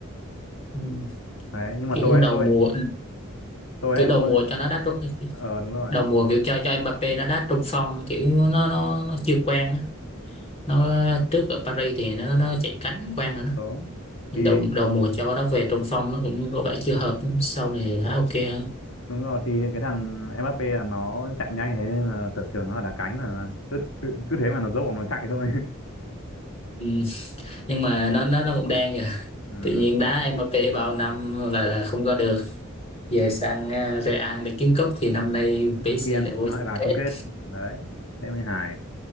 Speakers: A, on the left (about 30°); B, on the left (about 80°).
A: ừ,
B: đấy nhưng mà
A: kiểu
B: tôi
A: đầu
B: ấy tôi
A: mùa
B: tôi
A: kiểu
B: ấy
A: đầu
B: tôi
A: mùa cho nó đá trung
B: ờ đúng rồi
A: đầu mùa kiểu cho cho Mbappé nó đá trung phong kiểu nó nó nó chưa quen á nó trước ở Paris thì nó nó chạy cánh quang rồi đó
B: đúng
A: nhưng
B: thì
A: đầu đầu mùa cho nó về trung phong nó cũng có vẻ chưa hợp lắm. sau này thì nó ok hơn
B: đúng rồi thì cái thằng Mbappe là nó chạy nhanh thế nên là sở trường nó là đá cánh mà cứ cứ, cứ thế mà nó dốc nó chạy thôi <laughs>
A: ừ. nhưng mà nó nó nó cũng đang vậy
B: ừ.
A: tự nhiên đá Mbappé bao năm là là không có được giờ sang ờ, Real để kiếm cúp thì năm nay PSG
B: thằng kia
A: lại vô
B: nó
A: chung
B: lại vào
A: kết
B: chung kết đấy thế mới hài